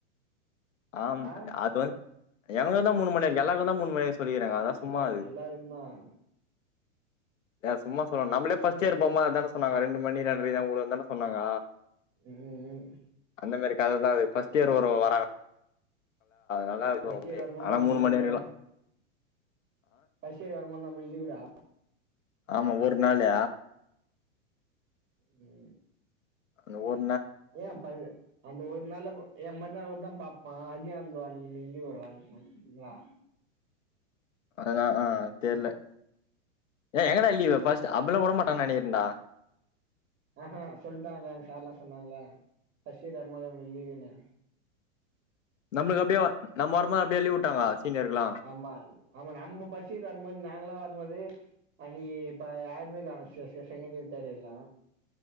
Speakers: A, on the left; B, on the right.
A: ஆமா
B: ஆ
A: அது வந்து எங்க தா இருந்தா மூணுமணி இருக்கு எல்லாருக்கு தான் மூணுமணி சொல்லிகிறாங்க அதாலா
B: எல்லா
A: சும்மா அது
B: எல்லாருக்கும் தான்
A: ஏ சும்மா சொல்லணு நம்ளே ஃபரஸ்ட் இயர் போம்போது அதான சொன்னாங்க ரெண்டு மணி ரெண்டரை தா வுடுவனு தான சொன்னாங்க
B: உம் உம்
A: அந்தமாரி கத தா அது ஃபர்ஸ்ட் இயர் ஒரு வரோல நல்லா இருக்கு
B: ஃபர்ஸ்ட்
A: அங்கயே
B: இயர் வரும்போது
A: ஆனா
B: நம்ம
A: மூணு
B: லீவ்லா
A: மணி வரைக்குதா
B: ஃபர்ஸ்ட் இயர் வரும்போது நமக்கு லீவுடா
A: ஆமா ஒரு நாளு
B: உம்
A: அந்த ஒர்
B: ஏன் அப்ப அந்த ஒரு நாளு அப்போ என் மறுநாள் வந்து தா பாப்பான் அதியா ப்ரோ அந்தி வர்வா
A: அததா ஆஹ் தெர்ல ஏ எங்கடா லீவு ஃபர்ஸ்ட் அப்பளா உடமாட்டான்னு டா
B: ஆஹ்ஹா சொல்டாங்களா எங்க சார் எல்லா சொன்னாங்களா ஃபஸ்ட் இயர் வரும்போது உங்களுக்கு லீவுனு
A: நம்மளுக்கு அப்டியே நம்ம வரும்போது அப்டியே லீவ் உட்டாங்க சீனியர்க்குலா
B: ஆமா ஆமா நம்ம ஃபஸ்ட் இயர் வரும்போ நாங்களா வரும்போது அன்னைக்கி இப்ப யாருமே காணு ஸ்செகண்ட் இயர் தேர்ட் எல்லா